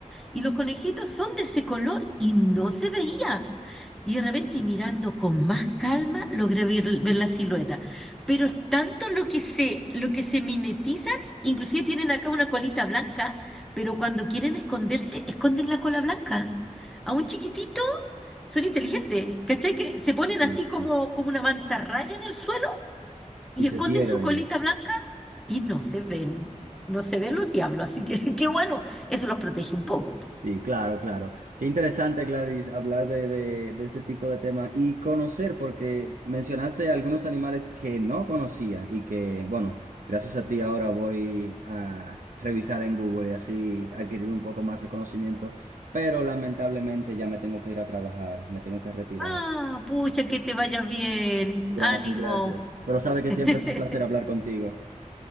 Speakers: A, in the centre; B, on the right.
A: Y los conejitos son de ese color y no se veía. Y de repente mirando con más calma logré ver, ver la silueta. Pero es tanto lo que se, lo que se mimetizan, inclusive tienen acá una colita blanca, pero cuando quieren esconderse, esconden la cola blanca. A un chiquitito son inteligentes, ¿cachai? Que se ponen
B: <laughs>
A: así como,
B: y
A: como una mantarraya en el suelo y
B: y se
A: esconden
B: pierden.
A: su colita blanca y no se ven. No se ven los diablos, así que <laughs> qué bueno, eso los protege un poco.
B: Sí, claro, claro. Qué interesante, Gladys, hablar de, de, de este tipo de temas y conocer, porque mencionaste algunos animales que no conocía y que, bueno, gracias a ti ahora voy a revisar en Google y así adquirir un poco más de conocimiento, pero lamentablemente ya me tengo que ir a trabajar, me tengo que retirar.
A: Ah, pucha, que te vaya bien,
B: Gracias,
A: ánimo.
B: gracias. Pero sabe que
A: <laughs>
B: siempre es un placer hablar contigo.